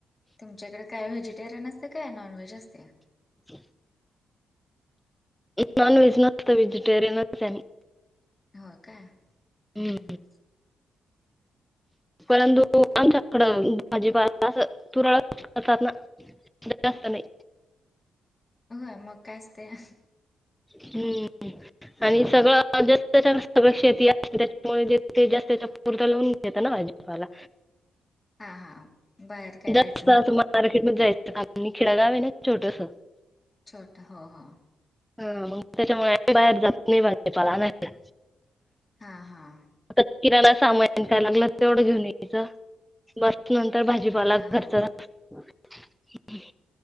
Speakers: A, on the left (about 20°); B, in the centre.
A: तुमच्याकडे काय व्हेजिटेरियन असत काय, नॉन व्हेज असत?
B: <unintelligible> नॉनव्हेज नसत, वेजीटेरिअनच आम्ही.
A: हो का?
B: हम्म.
A: हम् हम्.
B: परंतु आमच्याकडं भाजीपाला असं, तुरळक करतात ना. <unintelligible> जास्त नही.
A: होय, मग काय असतया.
B: हम्म आणि सगळं जास्त, छान सगळं शेती त्याच्यामुळे जेथ ते जास्त चर लोन घेतता नाज <unintelligible> भाजीपाला,
A: हा हा बाहेर काय
B: जास्त
A: जायचं नाही
B: म <unintelligible> मार्केट मधी जायचं कार मी खिडागाव आहे ना, छोटस.
A: छोट हॊ हं.
B: हं मग त्याच्यामुळे बाहेर जात नाही, भाजीपाला आणायला.
A: हां हां.
B: आता किराना सामान काय लागल, तेवढं घेऊन यायचं. बस, नंतर भाजीपाला
A: हा
B: घरचा
A: हा
B: रा